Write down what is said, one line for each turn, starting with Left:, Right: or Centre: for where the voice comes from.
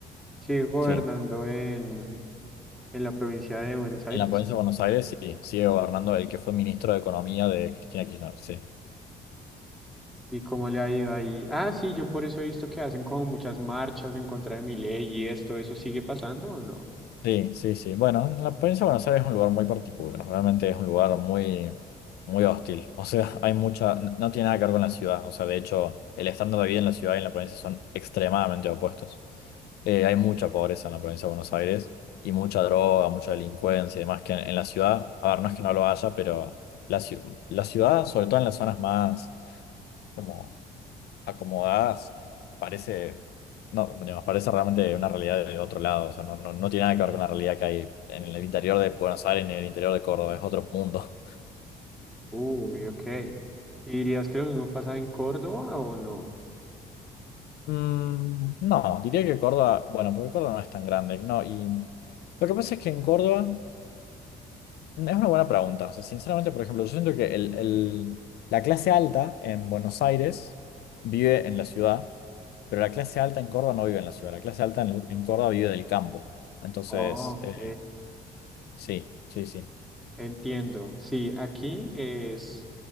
Centre: sigue gobernando
Left: Sí, en
Centre: en, en la provincia de Buenos Aires.
Left: la provincia de Buenos Aires sí, sigue gobernando el que fue ministro de Economía de Cristina Kirchner, sí.
Centre: ¿Y cómo le ha ido ahí? Ah, sí, yo por eso he visto que hacen como muchas marchas en contra de mi ley y esto, ¿eso sigue pasando o no?
Left: Sí, sí, sí. Bueno, la provincia de Buenos Aires es un lugar muy particular, realmente es un lugar muy, muy hostil. O sea, hay mucha, n- no tiene nada que ver con la ciudad. O sea, de hecho, el estándar de vida en la ciudad y en la provincia son extremadamente opuestos. Eh, hay mucha pobreza en la provincia de Buenos Aires y mucha droga, mucha delincuencia y demás que en, en la ciudad, a ver, no es que no lo haya, pero la, ci- la ciudad, sobre todo en las zonas más como acomodadas, parece, no, digamos, parece realmente una realidad de otro lado. O sea, no, no, no tiene nada que ver con la realidad que hay en el interior de Buenos Aires, en el interior de Córdoba, es otro mundo.
Centre: Uy, ok. ¿Y dirías que lo mismo pasa en Córdoba o no?
Left: Mm, no, diría que Córdoba, bueno, porque Córdoba no es tan grande, no, y lo que pasa es que en Córdoba mm, es una buena pregunta. O sea, sinceramente, por ejemplo, yo siento que el, el- la clase alta en Buenos Aires vive en la ciudad, pero la clase alta en Córdoba no vive en la ciudad, la clase alta en, en Córdoba vive del campo. Entonces,
Centre: Ok,
Left: eh, Sí, sí, sí,
Centre: entiendo. Sí, aquí es,